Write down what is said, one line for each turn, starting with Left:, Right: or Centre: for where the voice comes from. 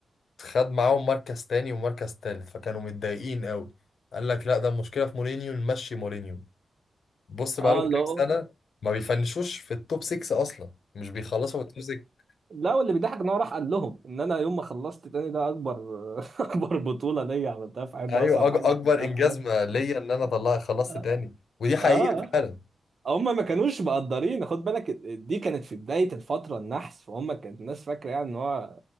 Left: خد معاهم مركز تاني ومركز تالت فكانوا متضايقين قوي قال لك لا ده المشكله في مورينيو نمشي مورينيو بص بقالهم
Right: اه
Left: كام
Right: اللي هو
Left: سنه ما بيفنشوش في التوب 6 اصلا مش بيخلصوا في التوب 6
Right: لا واللي بيضحك ان هو راح قال لهم ان انا يوم ما خلصت تاني ده اكبر <laughs> اكبر بطوله ليا عملتها في حياتي
Left: ايوه
Right: ده اصعب
Left: أج-
Right: حاجه
Left: اكبر
Right: عملتها
Left: انجاز
Right: في حياتي
Left: ما ليا ان انا طلع خلصت
Right: اه
Left: تاني ودي حقيقه
Right: آه.
Left: فعلا
Right: هم ما كانوش مقدرين خد بالك دي كانت في بدايه الفتره النحس فهم كانت الناس فاكره يعني ان هو